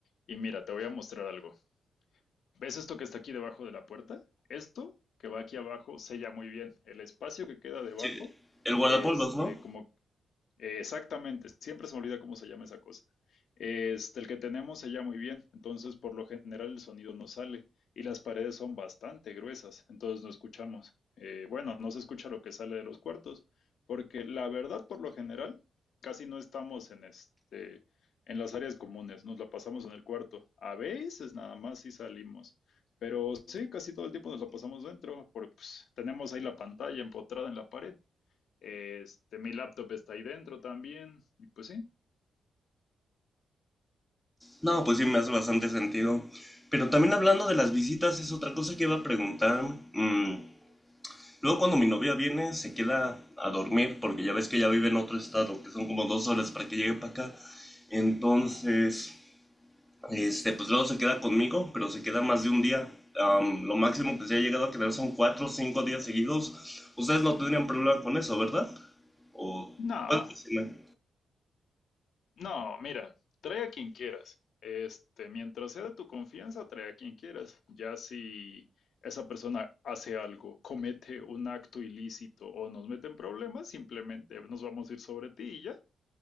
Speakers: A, on the left (about 65°); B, in the centre.
A: Y mira, te voy a mostrar algo. ¿Ves esto que está aquí debajo de la puerta? Esto que va aquí abajo sella muy bien. El espacio que queda debajo,
B: Sí, el guardapolvos,
A: este,
B: ¿no?
A: como Eh, exactamente, siempre se me olvida cómo se llama esa cosa. Este, el que tenemos se llama muy bien, entonces por lo general el sonido no sale y las paredes son bastante gruesas, entonces no escuchamos. Eh, bueno, no se escucha lo que sale de los cuartos, porque la verdad por lo general casi no estamos en este en las áreas comunes, nos la pasamos en el cuarto. A veces nada más sí salimos, pero sí, casi todo el tiempo nos la pasamos dentro, porque pues, tenemos ahí la pantalla empotrada en la pared este, mi laptop está ahí dentro también. Y pues sí.
B: No, pues sí, me hace bastante sentido. Pero también hablando de las visitas, es otra cosa que iba a preguntar. Mm, luego cuando mi novia viene, se queda a dormir, porque ya ves que ya vive en otro estado, que son como dos horas para que llegue para acá. Entonces, este, pues luego se queda conmigo, pero se queda más de un día. Am, lo máximo que se ha llegado a quedar son cuatro o cinco días seguidos. Ustedes no tendrían problema con eso, ¿verdad? O,
A: No,
B: ¿puedes decirme?
A: no, mira, trae a quien quieras. Este, mientras sea de tu confianza, trae a quien quieras. Ya si esa persona hace algo, comete un acto ilícito o nos mete en problemas, simplemente nos vamos a ir sobre ti y ya.